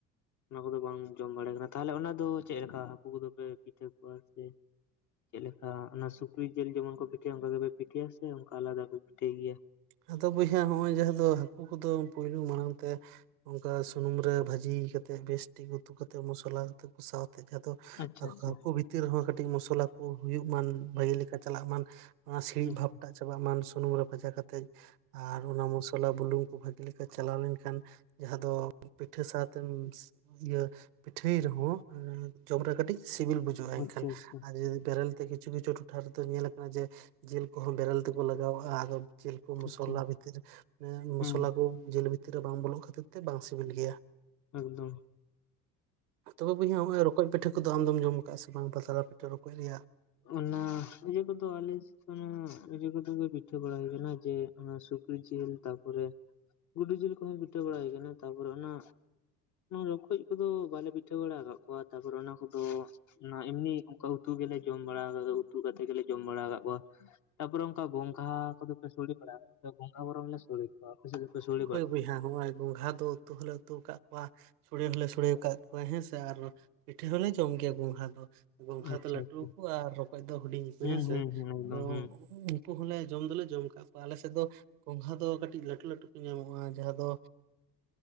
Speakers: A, on the left; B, on the right.
A: ᱚᱱᱟ ᱠᱚᱫᱚ ᱵᱟᱝ ᱡᱚᱢ ᱵᱟᱲᱮ ᱠᱟᱱᱟ ᱛᱟᱦᱚᱞᱮ ᱚᱱᱟ ᱫᱚ ᱪᱮᱫ ᱞᱮᱠᱟ ᱦᱟᱹᱠᱩ ᱠᱚᱫᱚ ᱯᱮ ᱯᱤᱴᱷᱟᱹ ᱠᱚᱣᱟ ᱥᱮ ᱪᱮᱫ ᱞᱮᱠᱟ ᱚᱱᱟ ᱥᱩᱠᱨᱤ ᱡᱤᱞ ᱡᱮᱢᱚᱱ ᱠᱚ ᱯᱤᱴᱷᱟᱹᱭᱟ ᱚᱱᱠᱟ ᱜᱮᱯᱮ ᱯᱤᱴᱷᱟᱹᱭᱟ ᱥᱮ ᱚᱱᱠᱟ ᱟᱞᱟᱫᱟ ᱯᱮ ᱯᱤᱴᱷᱟᱹᱭ ᱜᱮᱭᱟ?
B: ᱟᱫᱚ ᱵᱚᱭᱦᱟ ᱱᱚᱜᱼᱚᱭ ᱡᱟᱦᱟᱸ ᱫᱚ ᱦᱟᱹᱠᱩ ᱠᱚᱫᱚ ᱯᱳᱞ ᱢᱟᱲᱟᱝ ᱛᱮ ᱚᱱᱠᱟ ᱥᱩᱱᱩᱢ ᱨᱮ ᱵᱷᱟᱹᱡᱤ ᱠᱟᱛᱮᱫ ᱵᱮᱥᱴᱷᱤᱠ ᱩᱛᱩ ᱠᱟ ᱠᱟᱛᱮᱫ ᱢᱚᱥᱞᱟ ᱠᱟᱛᱮᱠᱩ ᱥᱟᱵ, ᱡ ᱟᱫᱚ
A: ᱟᱪᱪᱷᱟ
B: ᱦᱟᱸᱠᱚ
A: ᱟᱪᱪᱷᱟ
B: ᱵᱤᱛ ᱵᱷᱤᱛᱤ ᱨᱮᱦᱚᱸ ᱠᱟᱹᱴᱤᱡ ᱢᱚᱥᱞᱟ ᱠᱚ ᱦᱩᱭᱩᱜ ᱢᱟᱱ ᱵᱷᱟᱜᱤ ᱞᱮᱠᱟ ᱪᱟᱞᱟᱜ ᱢᱟ ᱚᱱᱟ ᱥᱤᱲᱤᱡ
A: ᱟᱪᱪᱷᱟ
B: ᱵᱷᱟᱵ ᱴᱟᱜ ᱪᱟᱵᱟᱜᱢ <unintelligible> ᱥᱩᱱᱩᱢ ᱨᱮ ᱵᱷᱟᱡᱟ ᱠᱟᱛᱮᱫ ᱟᱨ ᱚᱱᱟ ᱢᱚᱥᱞᱟ ᱵᱩᱞᱩᱝ ᱠᱚ ᱵᱷᱟᱜᱤ ᱞᱮᱠᱟ ᱪᱟᱞᱟᱣ ᱞᱮᱱᱠᱷᱟᱱ, ᱡᱟᱦᱟᱸ ᱫᱚ ᱯᱤᱴᱷᱟᱹ ᱥᱟᱶᱛᱮᱢ ᱤᱭᱟᱹ ᱯᱤᱴᱷᱟᱹᱭ ᱨᱮᱦᱚᱸ, ᱡᱚᱢ ᱨᱮ ᱠᱟᱹᱴᱤᱡ ᱥᱤᱵᱤᱞ ᱵᱩᱡᱟᱹᱜᱼᱟ ᱮᱱᱠᱷᱟᱱ
A: ᱟᱪᱪᱷᱟ ᱟᱪᱪᱷᱟ
B: ᱟᱨ ᱡᱩᱫᱤ ᱵᱮᱨᱮᱞ ᱛᱮ ᱠᱤᱪᱩ ᱠᱤᱪᱷᱩ ᱴᱚᱴᱷᱟ ᱨᱮᱫᱚ ᱧᱮ ᱟᱠᱟᱱᱟ ᱡᱮ ᱡᱤᱞ ᱠᱚᱦᱚᱸ ᱵᱮᱨᱮᱞ ᱛᱮᱠᱚ ᱞᱟᱜᱟᱣᱟᱜᱼᱟ ᱟᱫᱚ ᱡᱤᱞ ᱠᱚ ᱢᱚᱥᱞᱟ
A: ᱟᱪᱪᱷᱟ
B: ᱵᱷᱤᱛᱤᱨ
A: ᱦᱮᱸ
B: ᱢᱚᱥᱞᱟ ᱠᱚ ᱡᱤᱞ ᱵᱷᱤᱛᱤᱨ ᱨᱮ ᱵᱟᱝ ᱵᱚᱞᱚᱜ ᱠᱷᱟᱹᱛᱤᱨ ᱛᱮ ᱵᱟᱝ ᱥᱤᱵᱤᱞ ᱜᱮᱭᱟ᱾
A: ᱮᱠᱫᱚᱢ,
B: ᱛᱚᱵᱮ ᱵᱚᱭᱦᱚᱸ ᱱᱚᱜ ᱨᱚᱠᱚᱡ ᱯᱤᱴᱟᱹ ᱠᱚᱫᱚ ᱟᱢ ᱫᱚᱢ ᱠᱟᱜᱼᱟ ᱥᱮ ᱵᱟᱝ ᱯᱟᱛᱲᱟ ᱯᱤᱴᱷᱟᱹ ᱨᱚᱠᱚᱡ ᱨᱮᱭᱟᱜ
A: ᱚᱱᱟ ᱤᱭᱟᱹ ᱠᱚᱫᱚ ᱟᱞᱮ ᱮ ᱠᱚ ᱯᱤᱴᱷᱟᱹ ᱵᱟᱲᱟ ᱦᱩᱭ ᱠᱟᱱᱟ ᱡᱮ ᱚᱱᱟ ᱥᱩᱠᱨᱤ ᱡᱤᱞ ᱛᱟᱨᱯᱚᱨᱮ ᱜᱩᱰᱩ ᱡᱩᱞ ᱠᱚ ᱦᱚᱸ ᱯᱤᱴᱷᱟᱹ ᱵᱟᱲᱟ ᱦᱩᱭ ᱟᱠᱱᱟ᱾ ᱠᱟᱱᱟ ᱛᱯᱚᱨ ᱚᱱᱟ ᱨᱚᱠᱚᱡ ᱠᱚᱫᱚ ᱵᱟᱞᱮ ᱯᱤᱴᱷᱟᱹ ᱵᱟᱲᱟ ᱟᱠᱟᱫ ᱠᱚᱣᱟ ᱛᱟᱯᱚᱨᱮ ᱚᱱᱟ ᱠᱚᱫᱚ ᱚᱱᱟ ᱮᱢᱱᱤ ᱚᱱᱠᱟ ᱩᱛᱩ ᱜᱮᱞᱮ ᱡᱚᱢ ᱵᱟᱲᱟ ᱟᱠᱟᱫᱟ ᱩᱛᱩ ᱠᱟᱛᱮᱫ ᱜᱮᱞᱮ ᱡᱚᱢ ᱵᱟᱲᱟ ᱟᱠᱟᱫ ᱠᱚᱣᱟ᱾ ᱛᱟᱯᱚᱨᱮ ᱚᱱᱠᱟ ᱜᱚᱝᱷᱟ ᱠᱚᱫᱚᱯᱮ ᱥᱚᱲᱮ ᱵᱟᱲᱟᱜ ᱜᱚᱝᱜᱷᱟ ᱵᱚᱨᱚᱢ ᱞᱮ ᱥᱚᱲᱮ᱾ ᱵᱟᱯᱮ ᱥᱮᱱ ᱫᱚ ᱥᱩᱲᱮ
B: ᱦᱳᱭ ᱵᱚᱭᱦᱟ ᱱᱚᱜᱼᱚᱭ ᱜᱷᱚᱜᱷᱟ ᱫᱚᱞᱮ ᱩᱛᱩ ᱦᱚ ᱩᱛᱩ ᱠᱫ ᱠᱚᱣᱟ ᱥᱚᱲᱮ ᱦᱚᱸᱞᱮ ᱥᱚᱲᱮ ᱟᱠᱟᱫ ᱠᱚᱣᱟ ᱦᱮᱸ ᱥᱮ ᱟᱨ ᱯᱤᱴᱷᱟᱹ ᱦᱚᱸᱞᱮ ᱡᱚᱢ ᱜᱮᱭᱟ ᱜᱚᱸᱜᱷᱟ ᱫᱚ᱾ ᱜᱚᱝᱜᱷᱟ
A: ᱦᱩᱸ ᱟᱪᱪᱷᱟ
B: ᱫᱚ ᱞᱟᱹᱴᱩᱣᱟᱚ
A: ᱟᱪᱪᱷᱟ
B: ᱟᱨ ᱨᱚᱠᱚᱡ ᱫᱚ ᱦᱩᱰᱤᱧᱚ
A: ᱦᱩᱸ
B: ᱦᱮᱸᱥᱮ
A: ᱦᱩᱸ ᱦᱩᱸ ᱮᱠᱫᱚᱢ
B: ᱟᱫᱚ,
A: ᱦᱩᱸ
B: ᱩᱱᱠᱩ ᱦᱚᱸᱞᱮ ᱡᱚᱢ ᱫᱚᱞᱮ ᱡᱚᱢ ᱟᱠᱟᱫ ᱠᱚᱣᱟ ᱟᱞᱮ ᱥᱮᱫ ᱫᱚ ᱜᱚᱸᱜᱷᱟ ᱫᱚ ᱠᱟᱹᱴᱤᱡ ᱞᱟᱹᱩ ᱞᱟᱹᱴᱩ ᱧᱟᱢᱚᱜᱼᱟ ᱡᱟᱦᱟᱸ ᱫᱚ